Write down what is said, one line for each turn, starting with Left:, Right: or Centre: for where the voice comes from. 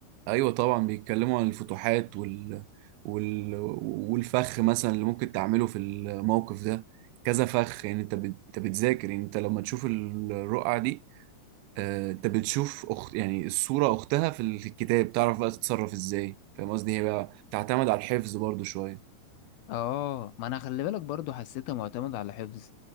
Right: ايوه طبعا بيتكلموا عن الفتوحات وال... وال... والفخ مثلا اللي ممكن تعمله في الموقف ده كذا فخ يعني انت بت... انت بتذاكر يعني انت لما تشوف الرقعة دي آه، انت بتشوف أخت... يعني الصورة اختها في الكتاب تعرف بقى تتصرف ازاي فاهم قصدي هي بقى تعتمد على الحفظ برضو شوية
Left: اه ما انا خلي بالك برضو حسيتها معتمد على حفظ